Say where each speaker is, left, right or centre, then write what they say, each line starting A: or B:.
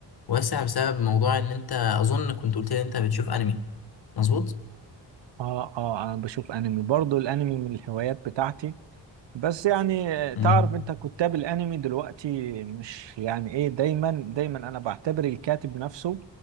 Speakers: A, on the left (about 55°); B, on the right (about 70°).
A: واسع بسبب موضوع إن أنت أظن كنت قلت لي إن أنت بتشوف أنمي مظبوط؟
B: آه آه أنا بشوف أنمي برضو الأنمي من الهوايات بتاعتي بس يعني
A: مم.
B: تعرف انت كتاب الانمي دلوقتي مش يعني ايه دايما دايما انا بعتبر الكاتب نفسه